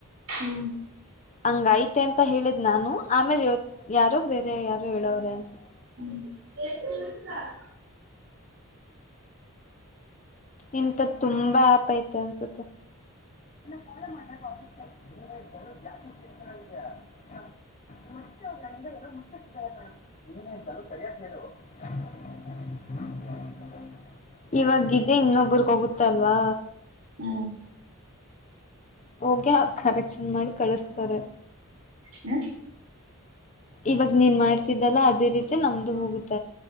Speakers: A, on the right (about 60°); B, on the left (about 30°).
A: ಹ್ಮ್.
B: ಹಂಗ ಐತೆ ಅಂತ ಹೇಳಿದ್ ನಾನು ಆಮೇಲೆ ಯಾರೋ ಬೇರೆ ಯಾರು ಹೇಳೋರೆ ಅನ್ಸುತ್ತ.
A: <unintelligible>
B: ಇಂತದು ತುಂಬಾ ಆಪ್ ಅಯ್ತೆ ಅನ್ನಿಸುತ್ತೆ. <unintelligible> <unintelligible> <unintelligible> ಇವಾಗೇ ಇದೆ ಇನ್ನೊಬ್ರಗ ಹೋಗುತ್ತಲ್ವಾ.
A: ಹ್ಮ
B: ಹೋಗಿ ಅವರು ಕರೆಕ್ಷನ್ ಮಾಡಿ ಕಳಿಸತಾರೆ.
A: ಹ್ಮ.
B: ಇವಾಗ ನೀನ್ ಮಾಡ್ತಿದ್ದಲ್ಲ ಅದೇ ರೀತಿ ನಮ್ದು ಮುಗುತ್ತ.